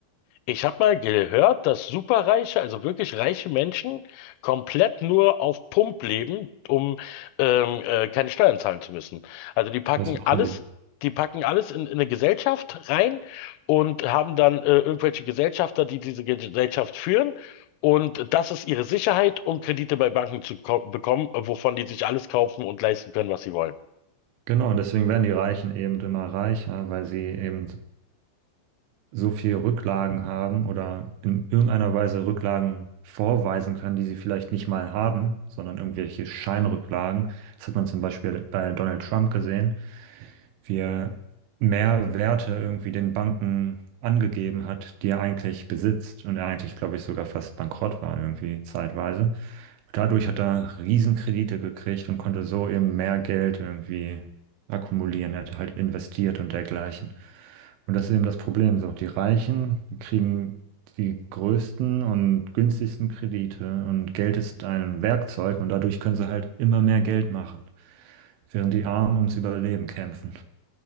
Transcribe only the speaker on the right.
Das machen
die.
Genau, und deswegen werden die Reichen eben immer reicher, weil sie eben so viel Rücklagen haben oder in irgendeiner Weise Rücklagen vorweisen können, die sie vielleicht nicht mal haben, sondern irgendwelche Scheinrücklagen. Das hat man zum Beispiel bei Donald Trump gesehen wir mehr Werte irgendwie den Banken angegeben hat, die er eigentlich besitzt und er eigentlich, glaube ich, sogar fast bankrott war irgendwie zeitweise. Dadurch hat er Riesenkredite gekriegt und konnte so eben mehr Geld irgendwie akkumulieren. Er hat halt investiert und dergleichen. Und das ist eben das Problem. So, die Reichen kriegen die größten und günstigsten Kredite und Geld ist ein Werkzeug und dadurch können sie halt immer mehr Geld machen, während die Armen ums Überleben kämpfen.